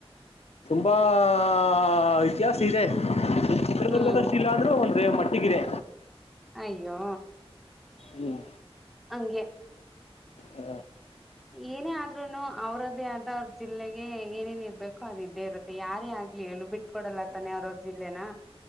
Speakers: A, on the left; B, in the centre.
A: ತುಂಬ ಆಆಆಅ ಇತಿಹಾಸ ಇದೆ ಚಿತ್ರದುರ್ಗದಷ್ಟ
B: ಹ್ಮ್
A: ಇಲ್ಲ ಅಂದ್ರೂ ಒಂದು ಮಟ್ಟಿಗಿದೆ
B: ಅಯ್ಯೋ
A: ಹ್ಮ್
B: ಹಂಗೆ
A: ಹ
B: ಏನೇ ಆದ್ರೂನು ಅವ್ರದೇ ಆದ ಅವ್ರ ಜಿಲ್ಲೆಗೆ ಏನೇನ್ ಇರ್ಬೇಕು ಅದು ಇದ್ದೇ ಇರುತ್ತೆ ಯಾರೇ ಆ ಹೇಳು ಬಿಟ್ಕ ಕೊಡಲ್ಲ ತಾನೆ ಅವ್ರ ಅವ್ರ ಜಿಲ್ಲೆನ